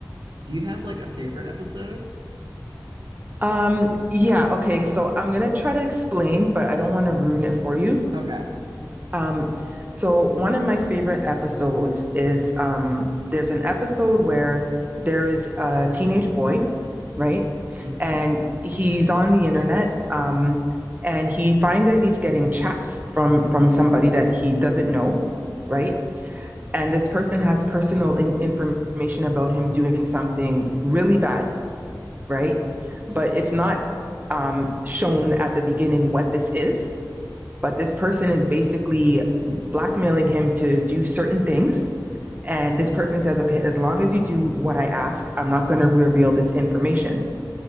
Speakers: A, on the right (about 85°); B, on the right (about 25°).
A: Do you have like a favorite episode?
B: Um, yeah, okay, so I'm gonna try to explain, but I don't want to ruin it for you.
A: Okay.
B: Um, so one of my favorite episodes is um, there's an episode where there is a teenage boy, right?
A: hmm
B: And he's on the internet, um, and he finds that he's getting chats from from somebody that he doesn't know, right? And this person has personal in- information about him doing something really bad, right? But it's not um, shown at the beginning what this is, but this person is basically blackmailing him to do certain things. And this person says, okay, as long as you do what I ask, I'm not going to reveal this information,